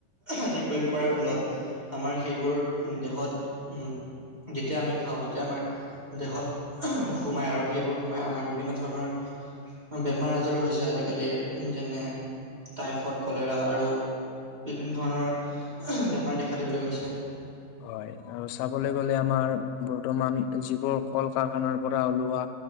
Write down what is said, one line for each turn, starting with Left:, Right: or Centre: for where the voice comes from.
Right: আদি প্ৰয়োগ কৰাৰ ফলত আমাৰ সেইবোৰ উ দেহত উম। যেতিয়া আমি খাওঁ তেতিয়া আমাৰ দেহত সোমাই আৰু সেইবোৰ সোমাই আমাৰ বিভিন্ন ধৰণৰ। বেমাৰ আজাৰো হৈছে আজিকালি যেনে টাইফইড কলেৰা আৰু। বিভিন্ন ধৰণৰ বেমাৰ দেখা দিবলৈ গৈছে।
Left: হয় আৰু চাবলৈ গলে আমাৰ বৰ্তমান যিবোৰ কল কাৰখানাৰ পৰা ওলোৱা।